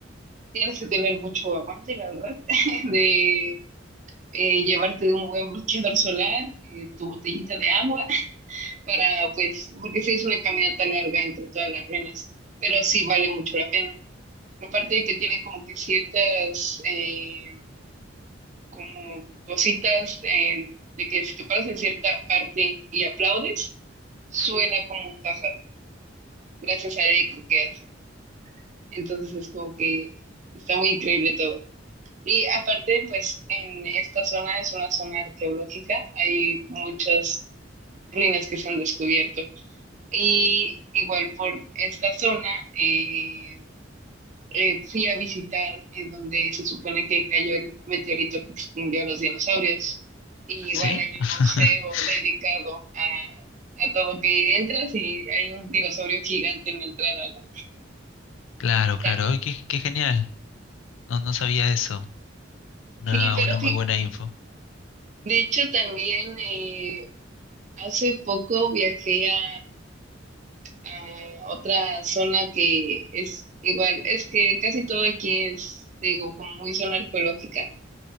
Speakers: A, on the right (about 40°); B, on the left (about 80°).
A: tienes que tener mucho aguante, la verdad, <laughs> de eh, llevarte un buen bloqueador solar, eh, tu botellita de agua, <laughs> para pues, porque sí es una caminata larga entre todas las ruinas, pero sí vale mucho la pena. Aparte de que tiene como que ciertas eh, como cositas eh, de que si te paras en cierta parte y aplaudes, suena como un pájaro, gracias al eco que hace. Entonces es como que está muy increíble todo. Y aparte, pues en esta zona es una zona arqueológica, hay muchas ruinas que se han descubierto. Y igual por esta zona eh, eh, fui a visitar eh, donde se supone que cayó el meteorito que extinguió a los dinosaurios. Y igual
B: ¿Sí?
A: hay
B: <laughs>
A: un museo dedicado a, a todo que entras y hay un dinosaurio gigante en la entrada. ¿no?
B: Claro,
A: Está-
B: claro, Ay, qué, qué genial, no, no sabía eso, una,
A: sí, pero
B: una muy buena info,
A: de hecho también eh, hace poco viajé a, a otra zona que es igual, es que casi todo aquí es, digo, como muy zona arqueológica.